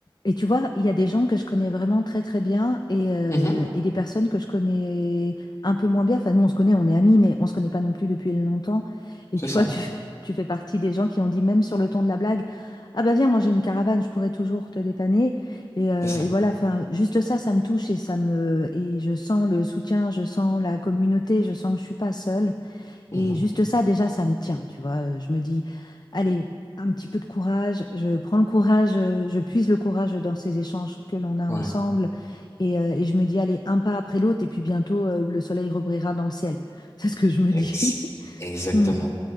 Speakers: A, on the left; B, on the left.
A: Et tu vois, il y a des gens que je connais vraiment très très bien et, euh,
B: Mhm,
A: et des personnes que je connais un peu moins bien. Enfin, nous, on se connaît, on est amis, mais on se connaît pas non plus depuis longtemps. Et
B: c'est
A: tu
B: ça,
A: vois, tu, <laughs> tu fais partie des gens qui ont dit, même sur le ton de la blague, Ah bah viens, moi j'ai une caravane, je pourrais toujours te dépanner. Et, euh,
B: c'est ça.
A: et voilà, enfin, juste ça, ça me touche et ça me et je sens le soutien, je sens la communauté, je sens que je suis pas seule.
B: Mhm,
A: Et juste ça, déjà, ça me tient, tu vois. Euh, Je me dis, allez, un petit peu de courage, je prends le courage, euh, je puise le courage dans ces échanges que l'on a
B: ouais.
A: ensemble. Et, euh, et je me dis, allez, un pas après l'autre, et puis bientôt, euh, le soleil rebrillera dans le ciel. <laughs> C'est ce que je me
B: Ex-
A: dis. <laughs>
B: Exactement.
A: Mm,